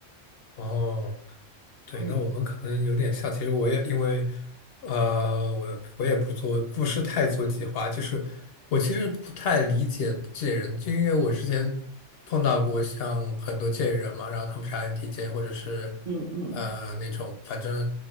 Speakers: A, on the left (about 60°); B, on the right (about 50°).
A: 哦。对，
B: 嗯
A: 那我们可能有点像。其实我也因为，呃，我我也不做，不是太做计划。就是我其实不太理解这些人，就因为我之前碰到过像很多这些人嘛，然后他们是 INTJ 或者是
B: 嗯嗯
A: 呃那种，反正